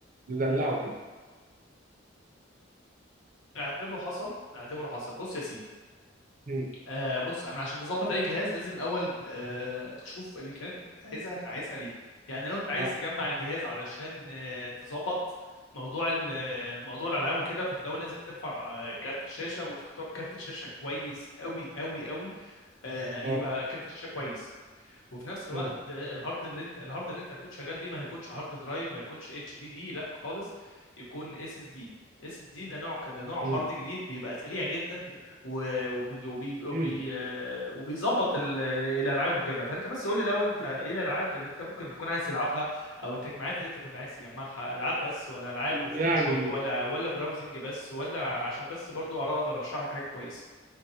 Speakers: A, on the right; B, on the left.
A: ندلعه كده
B: اعتبره حصل اعتبره حصل بص يا سيدي
A: مم.
B: آه بص انا عشان تظبط اي جهاز لازم الاول آه تشوف الامكانيات اللي انت عايزها انت عايزها ليه يعني لو انت عايز
A: اه
B: تجمع الجهاز علشان آه تظبط موضوع ال- آه، موضوع الالعاب وكده فانت الاول لازم ترفع آه كارت الشاشه وتختار كارت شاشه كويس قوي قوي قوي آه يبقى
A: اه
B: كارت شاشه كويس وفي نفس الوقت
A: مم.
B: آه، الهارد اللي انت الهارد اللي انت هتكون شغال بيه ما هيكونش هارد درايف ما يكونش اتش دي دي لا خالص يكون اس اس دي اس اس دي ده نوع كده نوع
A: مم.
B: هارد جديد بيبقى سريع جدا و- وبي وبي وبي
A: مم.
B: آه، وبيظبط ال- الالعاب وكده فانت بس قول لي الاول انت ايه الالعاب اللي انت ممكن تكون عايز تلعبها او التجمعات اللي انت كنت عايز تجمعها العاب بس ولا العاب وفوتوشوب
A: يعني
B: ولا ولا براوزنج بس ولا عشان بس برضو أرا- اقدر ارشح لك حاجه كويسه